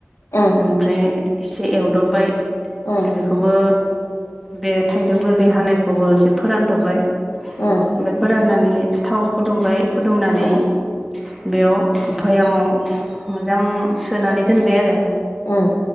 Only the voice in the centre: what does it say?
ओमफ्राय एसे एवदबबाय
बेखौबो बे थाइजौ गोरलै हानायखौबो एसे फोरानद'बाय ओमफ्राय
फोराननानै थाव फुदुंबाय फुदुंनानै
बेयाव भयामाव मोजां सोनानै दोनबाय आरो